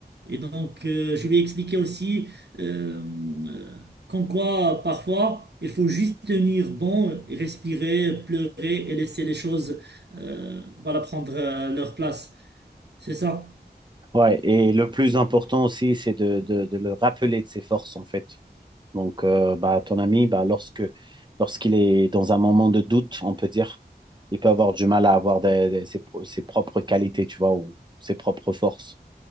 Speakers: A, on the right; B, on the right.
A: Et donc, euh, je lui ai expliqué aussi euh, euh, qu'en quoi, parfois, il faut juste tenir bon, et respirer, pleurer et laisser les choses euh, voilà, prendre euh, leur place. C'est ça.
B: Ouais, et le plus important aussi, c'est de, de, de le rappeler de ses forces, en fait. Donc, euh, bah, ton ami, bah, lorsque, lorsqu'il est dans un moment de doute, on peut dire, il peut avoir du mal à avoir des- des- ses, pro- ses propres qualités, tu vois, ou ses propres forces.